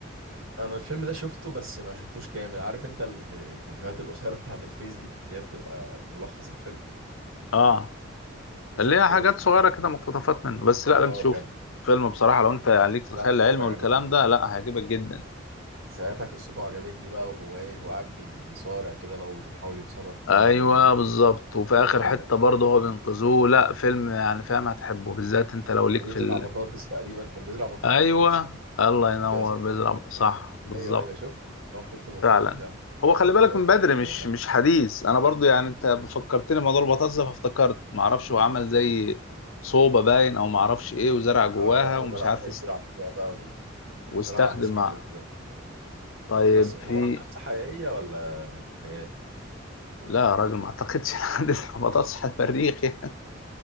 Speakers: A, on the right; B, on the left.
A: انا الفيلم ده شفته بس ما شفتوش كامل عارف انت ال- الفيديوهات القصيرة بتاعة الفيس دي اللي هي بتبقى ملخص الفيلم
B: اه
A: شفته
B: اللي هي حاجات
A: شفته
B: صغيرة كده مقتطفات منه بس
A: اه
B: لا لازم تشوفه
A: كان
B: فيلم بصراحة لو انت يعني ليك في
A: لا
B: الخيال
A: عايز
B: العلمي
A: اتفرج
B: والكلام
A: عليه
B: ده لا هيعجبك جدا
A: ساعتها قصته عجبتني بقى وهو ايه هو قاعد بي- بيصارع كده بقى وبيحاول يتصرف في
B: ايوه
A: مية وبيحط
B: بالظبط وفي اخر
A: مية
B: حتة برضه هو بينقذوه لا فيلم يعني فاهم هتحبه بالذات انت لو ليك
A: هو بيزرع
B: في ال...
A: بطاطس تقريبا كان بيزرع بطاطس
B: ايوه الله ينور
A: فيها صح
B: بيزرع صح بالظبط
A: ايوه ايوه شفت هو شفت المختار
B: فعلا
A: بتاعه
B: هو خلي بالك
A: عايز ابقى
B: من بدري
A: اتفرج عليه
B: مش
A: والله
B: مش حديث انا برضه يعني انت فكرتني موضوع البطاطس ده فافتكرت معرفش هو عمل زي صوبة باين او معرفش ايه وزرع جواها
A: اه
B: ومش
A: وزرع
B: عارف
A: بطاطس
B: است-
A: بيزرع فيها بقى بصراحة
B: واستخدم
A: احداثه
B: مع
A: كانت لذيذة
B: طيب
A: بس هو
B: في
A: عن قصة حقيقية ولا خيال؟ <laughs>
B: لا يا راجل ما اعتقدش الحدث <laughs> بطاطس على المريخ يعني